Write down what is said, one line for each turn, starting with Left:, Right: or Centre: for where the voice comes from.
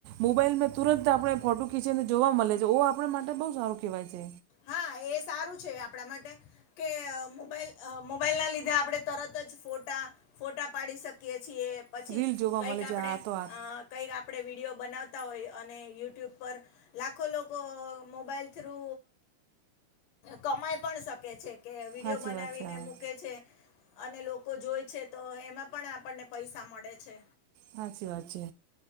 Right: મોબાઈલમાં તુરંત આપડે ફોટો કી છે ને જોવા મળે છે ઓ આપડે માટે બહુ સારું કેવાય છે
Left: હા એ સારું છે આપડા માટે કે મોબાઈલ મોબાઈલના લીધે આપડે તરત જ ફોટા ફોટા પાડી શકીએ છીએ પછી
Right: રીલ જોવા
Left: કઈક
Right: મળે
Left: આપડે
Right: છે હા તો હા
Left: અ કંઈ આપડે વિડીયો બનાવતા હોય અને યુટ્યુબ પર લાખો લોકો મોબાઈલ થ્રુ કમાય પણ શકે છે કે વિડીયો
Right: સાચી
Left: બનાવીને
Right: વાત છે હા
Left: મૂકે છે અને લોકો જોય છે તો એમાં પણ આપણને પૈસા મળે છે
Right: હાચી વાત છે